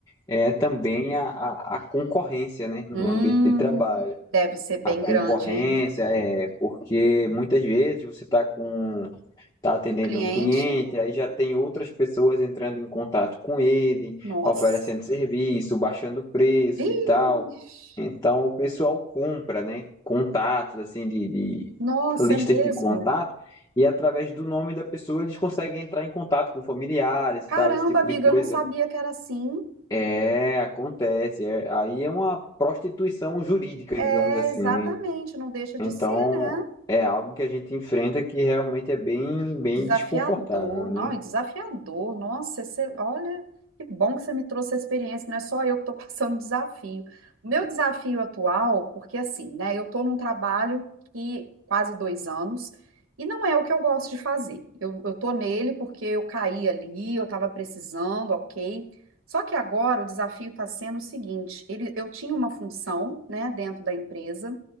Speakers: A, on the left; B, on the right.
A: é também a, a, a concorrência, né, no
B: Hum,
A: ambiente de trabalho.
B: deve ser bem
A: A concorrência
B: grande, hein?
A: é porque muitas vezes você está com está atendendo
B: Um cliente,
A: um cliente, aí já tem outras pessoas entrando em contato com ele,
B: nossa.
A: oferecendo serviço, baixando preço
B: Vixe,
A: e tal. Então o pessoal compra, né? Contatos, assim, de, de
B: nossa,
A: listas
B: é mesmo?
A: de contato, e através do nome da pessoa eles conseguem entrar em contato com familiares
B: Caramba,
A: e tal, esse tipo
B: amiga,
A: de coisa.
B: eu não sabia que era assim.
A: É, acontece. É- aí é uma prostituição jurídica,
B: É,
A: digamos assim,
B: exatamente,
A: né?
B: não deixa
A: Então.
B: de ser, né?
A: É algo que a gente enfrenta que realmente é bem, bem
B: Desafiador,
A: desconfortável,
B: não,
A: né?
B: e desafiador. Nossa, você, olha, que bom que você me trouxe a experiência. Não é só eu que estou <laughs> passando desafio. O meu desafio atual, porque assim, né, eu estou num trabalho que quase dois anos e não é o que eu gosto de fazer. Eu, eu estou nele porque eu caí ali, eu estava precisando, ok. Só que agora o desafio está sendo o seguinte: ele, eu tinha uma função, né, dentro da empresa